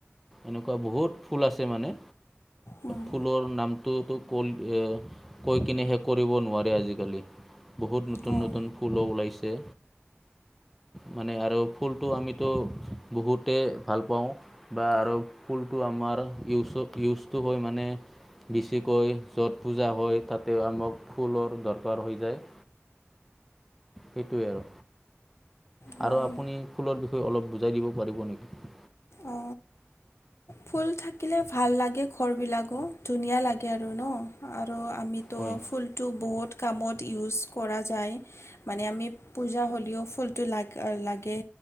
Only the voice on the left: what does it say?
উম,
হয়
হয়
অ ফুল থাকিলে ভাল লাগে ঘৰবিলাকো ধুনীয়া লাগে আৰু ন আৰু আমিতো
ফুলটো বহুত কামত ইউজ কৰা যায় মানে আমি পূজা হ'লেও ফুলটো লাগ লাগে